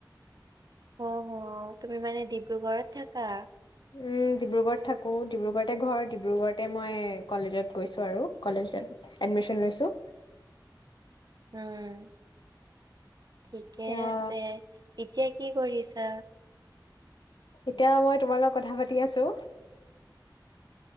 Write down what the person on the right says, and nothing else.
অঁ হ তুমি মানে ডিব্ৰুগড়ত থাকা?
উম, ঠিকে
আছে। এতিয়া কি কৰিছা?